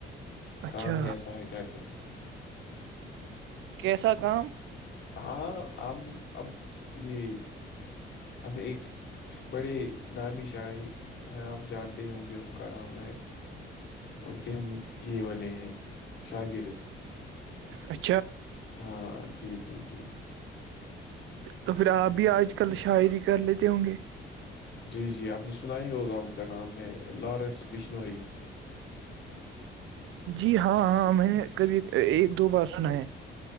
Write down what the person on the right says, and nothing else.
اچھا
کیسا کام
اچھا
تو پھر آپ بھی آج کل شاعری کر لیتے ہوں گے
جی ہاں ہاں ہاں میں نے کبھی ایک دو بار سنا ہے